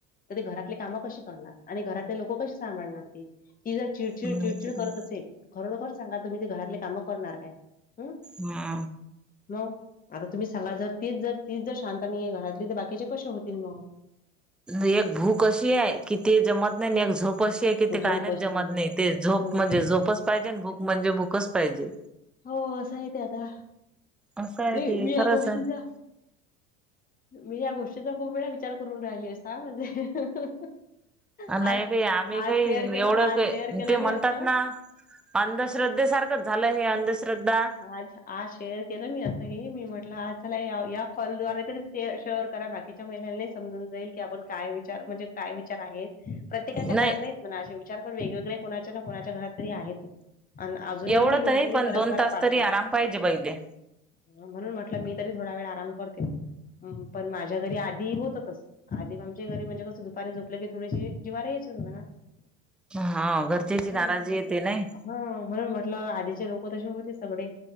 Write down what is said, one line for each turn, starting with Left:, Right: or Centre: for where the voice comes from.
Left: तरी घरात काम कशी करणार आणि घरातले लोक कशी सांभाळणार ती जर चिडचिड
Centre: नाही
Left: चिडचिड
Centre: तर
Left: करत
Centre: काय
Left: असे खरोखर सांगा तुम्ही ते घरातले कामं करणार काय हम
Centre: हा
Left: मग आता तुम्ही सांगा जर तीच जर तीच जर शांत नाहीये घरातली तर बाकीचे कसे होतील मग
Centre: एक भूक अशी आहे कि ते जमत नाही एक झोप शी आहे की
Left: झोप
Centre: ते काय नाहीच
Left: अशी
Centre: जमत नाही ते झोप म्हणजे झोपच पाहिजे आणि भूक म्हणजे भूकच पाहिजे
Left: हो अस आहे ते आता
Centre: असं आहे
Left: नाही
Centre: ते
Left: मी या
Centre: खरंच
Left: गोष्टीचा
Centre: आहे
Left: मी या गोष्टीचा खूप वेळा विचार करून राहिली आहे म्हणजे आज
Centre: नाही काही आम्ही
Left: आज
Centre: काही
Left: शेअर केलं
Centre: एवढं
Left: आज
Centre: काही
Left: शेअर केलं
Centre: ते म्हणतात
Left: मी असं
Centre: ना अंधश्रद्धेसारखंच झालंय नाही अंधश्रद्धा
Left: आज आज शेअर केलं मी असं हे मी म्हटलं आज चला या कॉलद्वारे तरी ते शेर करा बाकीच्या महिलांना समजून जाईल की आपण काय विचार म्हणजे काय विचार आहेत प्रत्येकाच्या
Centre: नाही
Left: घरात नाहीच म्हणा असे विचार पण वेगवेगळे कोणाच्या ना कोणाच्या घरातरी आहेत आणि अजून
Centre: एवढं
Left: ह लोक
Centre: तर नाही
Left: जुनी
Centre: पण
Left: परंपरा
Centre: दोन तास
Left: पारतात
Centre: तरी आराम पाहिजे बाई ले
Left: म्हणून म्हटलं मी तरी थोडा वेळ आराम करते पण माझ्या घरी आधी होत तस आधी आमच्या घरी म्हणजे कसं दुपारी झोपलं की थोडीशी जिवावर यायचीच म्हणा
Centre: हा घरच्याची
Left: हा
Centre: नाराजी येते नाही
Left: हा म्हणून म्हटलं आधीचे लोक तसे होते सगळे